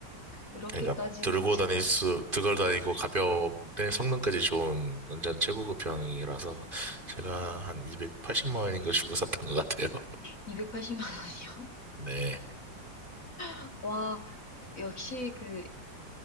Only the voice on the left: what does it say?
그렇게까지는
제가
280만 원이요?
<laughs> 와, 역시 그,